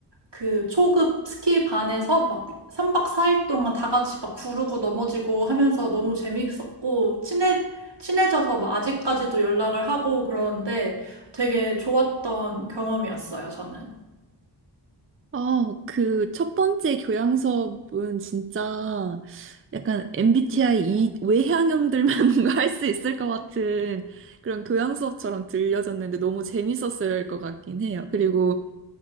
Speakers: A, on the right; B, on the right.
A: 그 초급 스키 반에서 막 3박 4일 동안 다 같이 막 구르고 넘어지고 하면서 너무 재밌었고 친해 친해져서 막 아직까지도 연락을 하고 그러는데 되게 좋았던 경험이었어요, 저는.
B: 아, 그 첫 번째 교양 수업은 진짜 약간 MBTI 이 외향형들만 <laughs> 뭔가 할 수 있을 것 같은 그런 교양 수업처럼 들려졌는데 너무 재밌었을 것 같긴 해요. 그리고